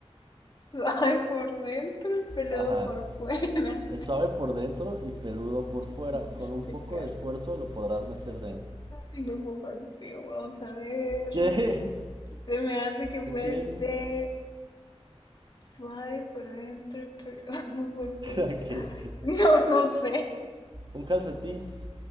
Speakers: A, on the left; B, on the right.
A: <laughs> Suave por dentro, peludo
B: Ajá.
A: por fuera.
B: Es suave por dentro y peludo por fuera.
A: <laughs> Este
B: Con un poco
A: Carlos,
B: de esfuerzo lo podrás meter dentro.
A: ay, no puedo contigo. Vamos a ver.
B: <laughs> ¿Qué?
A: Se me hace que puede
B: ¿Qué tiene?
A: ser suave por dentro y peludo <laughs> por fuera.
B: <laughs> ¿Qué?
A: No, no sé.
B: Un calcetín.